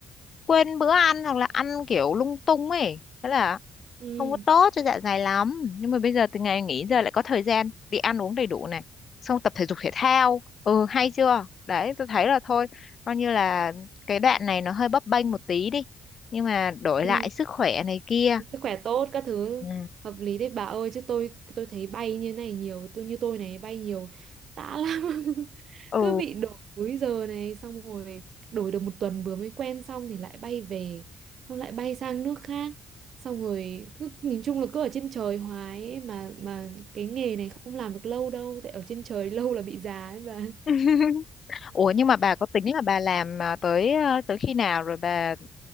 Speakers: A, on the left; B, on the right.
A: quên bữa ăn hoặc là ăn kiểu lung tung ấy. Thế là
B: <laughs> ừ
A: không có tốt cho dạ dày lắm nhưng mà bây giờ từ ngày nghỉ giờ lại có thời gian đi ăn uống đầy đủ này xong tập thể dục thể thao ừ hay chưa đấy tôi thấy là thôi coi như là cái đoạn này nó hơi bấp bênh một tí đi nhưng mà đổi
B: ừ
A: lại sức khỏe này kia
B: sức khỏe tốt các thứ
A: Ừ.
B: hợp lý đấy bà ơi chứ tôi tôi thấy bay như này nhiều tôi như tôi này bay nhiều tã lắm <laughs>
A: ừ
B: cứ bị đổi múi giờ này xong rồi đổi được một tuần vừa mới quen xong thì lại bay về xong lại bay sang nước khác xong rồi cứ nhìn chung là cứ ở trên trời hoài ấy, mà mà cái nghề này không làm được lâu đâu tại ở trên trời <laughs> lâu là bị già ấy bà
A: <laughs> ủa nhưng mà bà có tính là bà làm à, tới à, tới khi nào rồi bà